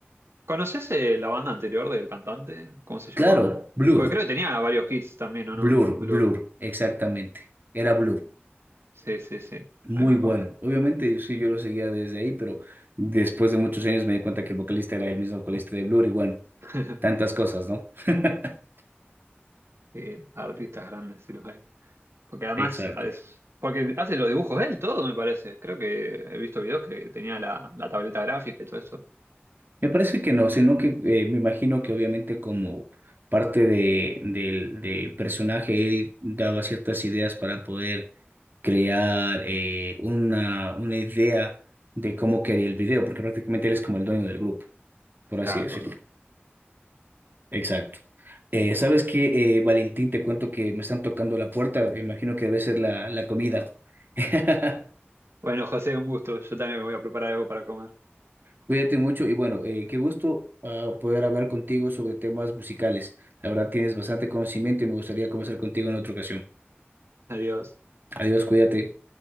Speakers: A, on the right; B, on the right.
A: ¿Conoces eh, la banda anterior del cantante? ¿Cómo se llamaba?
B: Claro, Blur,
A: Porque creo que tenía varios hits también, ¿o
B: Blur,
A: no? Blur.
B: Blur, exactamente. Era Blur.
A: Sí, sí, sí.
B: Muy
A: Ahí me acordé.
B: bueno. Obviamente, sí, yo lo seguía desde ahí, pero después de muchos años me di cuenta que el vocalista era el mismo vocalista de Blur y bueno.
A: <laughs>
B: tantas cosas, ¿no? <laughs>
A: Sí, artistas grandes, sí los hay. Porque además
B: Exacto.
A: es, porque hace los dibujos él, todo me parece. Creo que he visto videos que tenía la, la tableta gráfica y todo eso.
B: Me parece que no, sino que eh, me imagino que obviamente como parte de, del, del personaje, él daba ciertas ideas para poder crear eh, una, una idea de cómo quería el video, porque prácticamente él es como el dueño del grupo, por así
A: Claro,
B: decirlo.
A: claro, claro.
B: Exacto. Eh, ¿sabes qué, eh, Valentín? Te cuento que me están tocando la puerta, me imagino que debe ser la, la comida. <laughs>
A: Bueno, José, un gusto. Yo también me voy a preparar algo para comer.
B: Cuídate mucho y bueno, eh, qué gusto ah, poder hablar contigo sobre temas musicales. La verdad tienes bastante conocimiento y me gustaría conversar contigo en otra ocasión.
A: Adiós.
B: Adiós, cuídate.